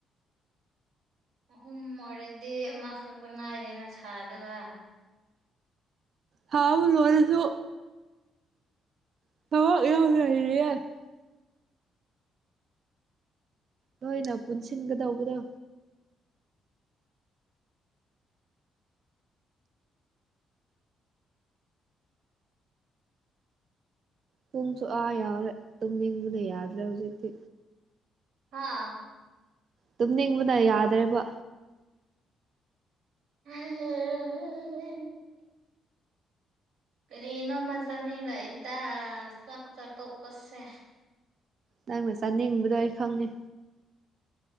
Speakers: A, on the right; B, on the right.
A: ꯑꯍꯨꯝ ꯑꯣꯏꯔꯗꯤ ꯑꯃꯈꯛꯇ ꯉꯥꯏꯔꯦꯅ ꯁꯥꯗꯕ
B: ꯁꯥꯕꯨ ꯂꯣꯢꯔꯁꯨ <unintelligible> ꯅꯣꯏꯅ ꯄꯨꯟꯁꯤꯟꯒꯗꯧꯕꯗꯣ ꯄꯨꯡꯁꯨ ꯑꯥ ꯌꯥꯎꯔꯦ ꯇꯨꯝꯅꯤꯡꯕꯅ ꯌꯥꯗ꯭ꯔꯦ ꯍꯧꯖꯤꯛꯇꯤ
A: ꯍꯥꯥ
B: ꯇꯨꯝꯅꯤꯡꯕꯅ ꯌꯥꯗꯔꯦꯕ
A: <unintelligible> ꯀꯔꯤ ꯅꯣꯃ ꯆꯥꯅꯤꯡꯂꯛꯑꯦꯗ ꯆꯥꯛ ꯆꯥ ꯇꯣꯛꯄꯁꯦ
B: ꯅꯪꯅ ꯆꯥꯅꯤꯡꯕꯗꯣ ꯑꯩ ꯈꯪꯉꯦ